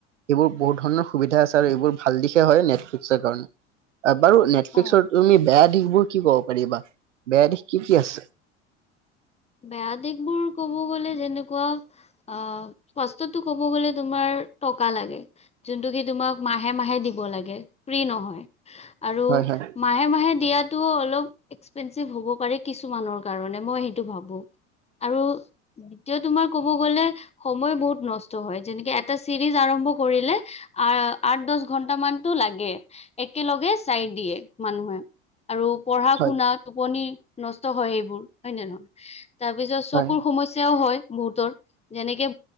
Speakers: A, on the right (about 90°); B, on the left (about 20°).
A: এইবোৰ বহুত ধৰণৰ সুবিধা আছে। আৰু এইবোৰ ভাল দিশে হয়। নেটফ্লিক্সৰ কাৰণে বাৰু নেটফ্লিক্সৰ
B: অ',
A: তুমি বেয়া দিশ বোৰ কি ক'ব পাৰিবা বেয়া দিশ কি কি আছে?
B: বেয়া দিশ বোৰ ক'ব গ'লে যেনেকুৱা অ', <unintelligible> টো ক'ব গলে তুমাৰ টকা লাগে। যোনটো কি তোমাক মাহে মাহে দিব লাগে। ফ্ৰী নহয় আৰু
A: হয় হয়
B: মাহে মাহে দিয়াতটো অলপ এক্সপেঞ্চিভ হ'ব পাৰে। কিছুমানৰ কাৰণে মই টো ভাবো আৰু দ্বিতীয় তোমাৰ ক'ব গলে সময় বহুত নষ্ট হয়, যেনেকে এটা চিৰিজ আৰম্ভ কৰিলে আহ আঠ দহ ঘন্টা মানতটো লাগে একেলগে চাই দিয়ে মানুহে। আৰু পঢ়া
A: হয়
B: শুনা টোপনি নষ্ট হয়। এইবোৰ হয় নে নহয়। তাৰ পিছত চকুৰ
A: হয়
B: সমস্যয়াও হয়। বহুতৰ যেনেকে